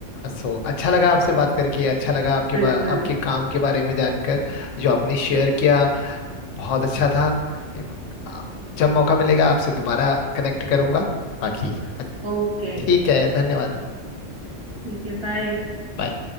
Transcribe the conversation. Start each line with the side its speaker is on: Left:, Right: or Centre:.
Left: सो अच्छा लगा आपसे बात करके अच्छा लगा आपके
Right: बिल्कुल
Left: बा, आपके काम के बारे में जानकर जो आपने शेयर किया बहुत अच्छा था आ, जब मौका मिलेगा आपसे दोबारा कनेक्ट करूंगा बाकी
Right: ओके
Left: ठीक है धन्यवाद
Right: ठीक है बाय
Left: बाय